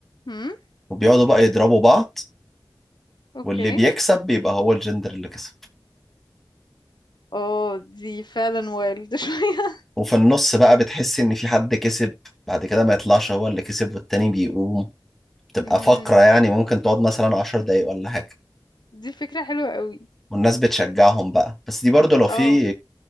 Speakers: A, on the left (about 70°); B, in the centre.
A: امم
B: وبيقعدوا بقى يضربوا بعض
A: اوكي
B: واللي بيكسب بيبقى هو الجندر اللي كسب
A: اه دي فعلا وايلد <laughs> شوية
B: وفي النص بقى بتحس ان في حد كسب بعد كده ما يطلعش هو اللي كسب والتاني بيقوم بتبقى
A: امم
B: فقرة يعني ممكن تقعد مثلا عشر دقايق ولا حاجة
A: دي فكرة حلوة قوي
B: والناس بتشجعهم بقى بس دي برضو لو
A: اه
B: في